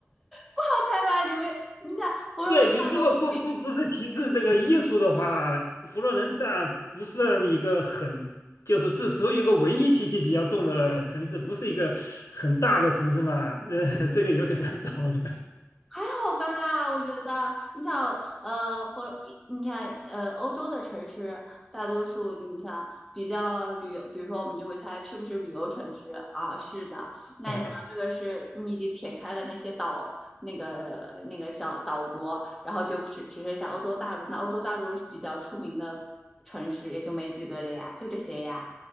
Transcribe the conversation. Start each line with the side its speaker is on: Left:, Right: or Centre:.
Centre: 不好猜吧？你们，你想佛罗伦萨多住
Left: 对你如果不不不是提示这个艺术的话，佛罗伦萨不算一个很，就是是属于一个文艺气息比较重的城市，不是一个很大的城市嘛，呃，这个有点难找的
Centre: 好吧，我觉得你想，呃，或你看，呃，欧洲的城市大多数，你想比较旅游，比如说我们就会猜是不是旅游城市啊？是的，那你想这个是你已经撇开了那些岛，
Left: 啊
Centre: 那个那个小岛国，然后就只只剩下欧洲大陆。那欧洲大陆比较出名的城市也就没几个了呀，就这些呀。